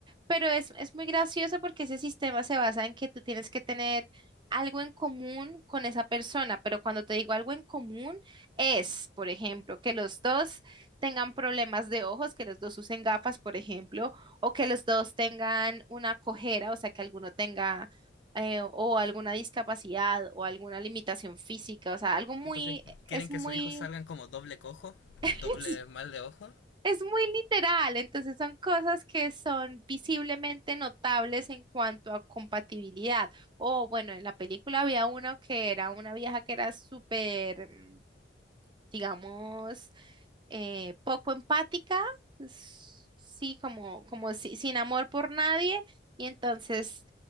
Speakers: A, on the right (about 25°); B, on the left (about 85°).
A: pero es, es muy gracioso porque ese sistema se basa en que tú tienes que tener algo en común con esa persona, pero cuando te digo algo en común es, por ejemplo, que los dos tengan problemas de ojos, que los dos usen gafas, por ejemplo, o que los dos tengan una cojera, o sea, que alguno tenga eh, o alguna discapacidad o alguna limitación física, o sea, algo muy,
B: Entonces, ¿quieren
A: es
B: que
A: muy...
B: sus hijos salgan como doble cojo?
A: <laughs>
B: ¿Doble mal de ojo?
A: Es muy literal, entonces son cosas que son visiblemente notables en cuanto a compatibilidad. O bueno, en la película había uno que era una vieja que era súper, mm, digamos, eh, poco empática, s- sí, como, como si- sin amor por nadie, y entonces